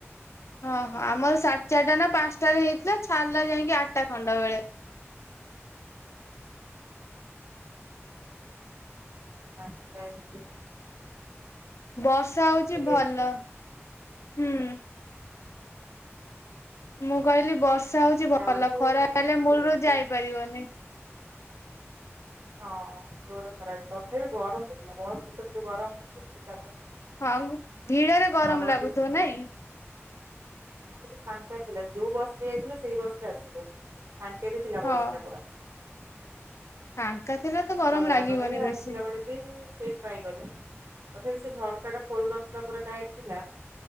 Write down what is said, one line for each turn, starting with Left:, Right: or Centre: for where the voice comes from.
Left: ହଁ ହଁ ଆମର ସା ଚାରଟା ନା ପାଁସଟା ରେ ହେଇଥିଲା ଛାଡ଼ିଲା ଯାଇକି ଆଟା ଖଣ୍ଡେ ବେଳେ।
Right: ଆଟା <unintelligible>
Left: ବଷା ହଉଚି ଭଲ
Right: ଆଜି
Left: ହୁଁ। ମୁଁ କହିଲି ବର୍ଷା ହଉଚି
Right: ଆଠଟା
Left: ଭଲ
Right: ବେଳକୁ
Left: ଖରା ହେଲେ ମୂଳୁରୁ
Right: ଟିକେ
Left: ଯାଇପାରିବନି।
Right: ହଁ ଜୋରେ ଖରାରେ ତଥାପି ଗରମ ହଉଥିଲା ବସ୍ ଭିତରେ ଯୋଉ ଗରମ ଏସି ଚାଲୁନି।
Left: ଆଉଁ ଭିଡ଼ରେ ଗରମ
Right: ହାୱା
Left: ଲାଗୁଥିବ ନାଇଁ?
Right: ନା ଆଜି ଫାଙ୍କା ଥିଲା ଯୋଉ ବସ ରେ ଯାଇଥିଲୁ ସେଇ ବସ ରେ ଆସିଲୁ ଫାଙ୍କେ ବି ଥିଲା
Left: ହଁ।
Right: ବସ୍ ଟା ପରା।
Left: ଫାଙ୍କା ଥିଲେ ତ ଗରମ
Right: ଗଲା
Left: ଲାଗିବନି
Right: ବେଳେ ଆସିଲା
Left: ବେଶୀ।
Right: ବେଳେ ବି ସିଟ ପାଇଗଲୁ। ତଥାପି ସେ ଝରକା ଟା ଖୋଲୁନଥିଲା ପୁରା ଟାଇଟ୍ ଥିଲା।